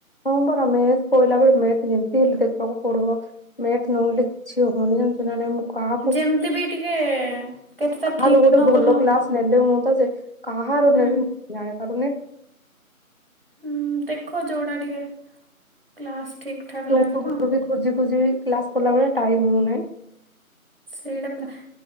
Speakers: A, on the left; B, on the right.
A: ହଁ ବରା ମେଥ କହିଲା ବେଳେ ମେଥ ଯେମିତି ହେଲେ ଦେଖିବାକୁ ପଡିବ। ମେଥ ନହେଲେ କିଛି ହବନି ଜାଣିଚୁ ନା ମୁଁ କାହାକୁ
B: ଯେମିତି ବି ଟିକେ କେତେଟା
A: କାହାର
B: ଠିକ୍
A: ଗୋଟେ
B: ନ
A: ଭଲ
B: କଲେ ହବ
A: କ୍ଲାସ ନେଲେ ହୁଅନ୍ତା ଯେ କାହାର
B: ହୁଁ
A: ନେବି ଜାଣିପାରୁନି?
B: ହୁଁ ଦେଖ ଯୋଉଟା ଟିକେ କ୍ଲାସ ଠିକ ଠାକ
A: ୟୁଟୁଵୁରୁ
B: ଲାଗିବ
A: ବି ବି ଖୋଜି ଖୋଜି କ୍ଲାସ କଲାବେଳେ ଟାଇମ ହଉନାହିଁ।
B: ସେଇଟା ପୁର